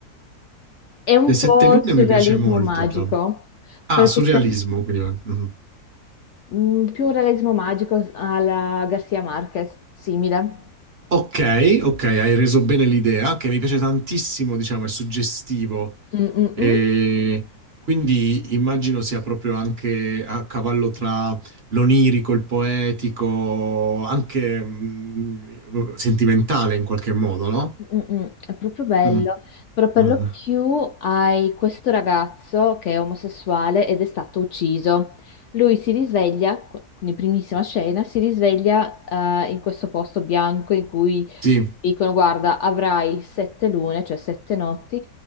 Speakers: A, on the left (about 65°); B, on the right (about 45°).
A: È un
B: sette
A: po'
B: lune
A: il surrealismo
B: mi piace molto,
A: magico,
B: già. Ah,
A: per
B: surrealismo,
A: questa-
B: quindi. eh, mhm.
A: mm, più un realismo magico alla Garcia Marquez, simile.
B: Ok, ok, hai reso bene l'idea, che mi piace tantissimo, diciamo, è suggestivo
A: Mm, mm,
B: E
A: mm.
B: quindi immagino sia proprio anche a cavallo tra l'onirico, il poetico, anche mh, sentimentale in qualche modo, no?
A: Mm-mm, è proprio bello,
B: Mm,
A: però per
B: mm,
A: lo
B: mm.
A: più hai questo ragazzo che è omosessuale ed è stato ucciso. Lui si risveglia, in primissima scena, si risveglia eh, in questo posto bianco in cui
B: Sì,
A: dicono: Guarda, avrai sette lune, cioè sette notti,